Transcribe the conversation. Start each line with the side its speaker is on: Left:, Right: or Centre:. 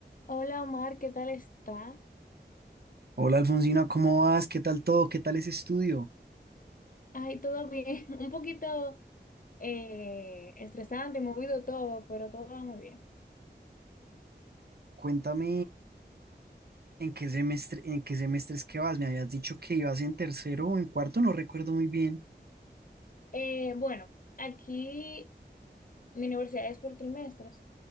Left: Hola Omar, ¿qué tal estás?
Right: Hola Alfonsina, ¿cómo vas? ¿Qué tal todo? ¿Qué tal ese estudio?
Left: Ay, todo bien, <laughs> un poquito eh, estresante, movido todo, pero todo va muy bien.
Right: Cuéntame en qué semestre, en qué semestres que vas. Me habías dicho que ibas en tercero o en cuarto, no recuerdo muy bien.
Left: Eh, bueno, aquí mi universidad es por trimestres,